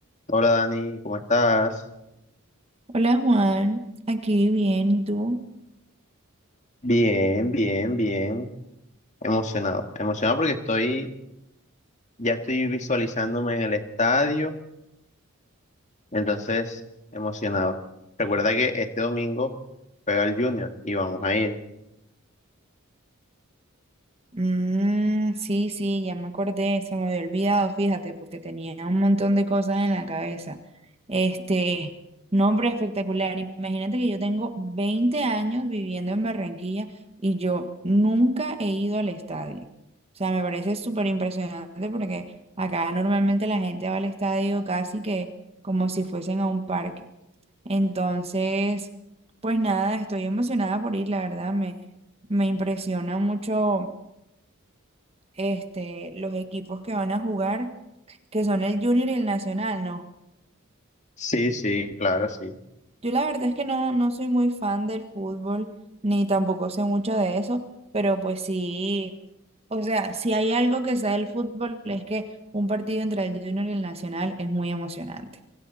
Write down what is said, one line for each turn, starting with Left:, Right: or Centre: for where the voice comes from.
Left: Hola Dani, ¿cómo estás?
Right: Hola Juan, aquí bien, ¿y tú?
Left: Bien, bien, bien. Emocionado. Emocionado porque estoy, ya estoy visualizándome en el estadio, entonces emocionado. Recuerda que este domingo pega el Junior y vamos a ir.
Right: Mm, sí, sí, ya me acordé, se me había olvidado, fíjate, porque tenía un montón de cosas en la cabeza. Este, nombre espectacular, imagínate que yo tengo 20 años viviendo en Barranquilla y yo nunca he ido al estadio. O sea, me parece súper impresionante porque acá normalmente la gente va al estadio casi que como si fuesen a un parque. Entonces, pues nada, estoy emocionada por ir, la verdad, me, me impresiona mucho este, los equipos que van a jugar, que son el Junior y el Nacional, ¿no?
Left: Sí, sí, claro, sí,
Right: Yo la verdad es que no, no soy muy fan del fútbol, ni tampoco sé mucho de eso, pero pues sí, o sea, si hay algo que sea del fútbol es que un partido entre el Junior y el Nacional es muy emocionante.